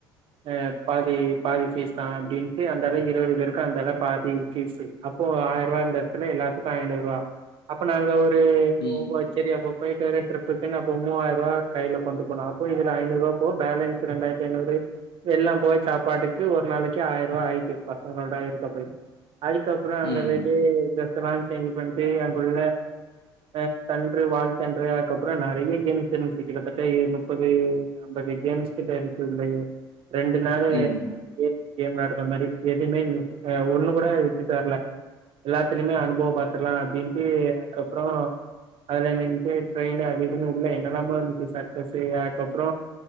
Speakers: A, on the right; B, on the left.
A: அ பாதி பாதி ஃபீஸ் தா அப்பிடின்ட்டு அந்தளவு இருபது பேருக்கு அந்தள பாதி பீஸு அப்போ ஆயிர ரூபா இருந்த எடத்துல எல்லாத்துக்கூ ஐநூறு ரூபா அப்ப நாங்க ஒரு
B: ம்,
A: ஒவ்வொத் சேரி அப்போ போயிட்டு வர ட்ரிப்புக்கு நா அப்ப மூவாயிர ரூவா கையில கொண்டு போனோ அப்ப இதுல ஐநூறுபா போவ் பேலன்ஸ் மிச்ச ரண்டாயிரத்தி ஐநூறு எல்லா போய் சாப்பாட்டுக்கு ஒரு நாளைக்கு ஆயிரூவா ஆயிட்டு பசங்களோட இருக்க போய் அதுக்கப்புற
B: ம்,
A: அங்க போயிட்டு ட்ரெஸ்ல்லா சேஞ்சு பண்ணிட்டு அங்குள்ள ஆ தன்ட்ரு வாழ் தன்ட்ரு அதுக்கப்புற நறைய கேம்ஸ் இருந்ச்சி கிட்டத்தட்ட ஏ முப்பது அம்பது கேம்ஸ் கிட்ட இருக்கு இதுலேயே ரெண்டு நாளு
B: ம்,
A: ஏ கேம் விளாடுற மாரி எதுவுமே ஆ ஒண்ணு கூட விட்டு தரல எல்லாத்துலயுமே அனுபவ பாத்துர்லா அப்டின்ட்டு அதுக்கப்புற அதுல நின்ட்டு ட்ரெயின் அது இதுன்னு உள்ள என்னல்லாமோ இருந்துச்சு சர்க்கஸு அதுக்கப்புற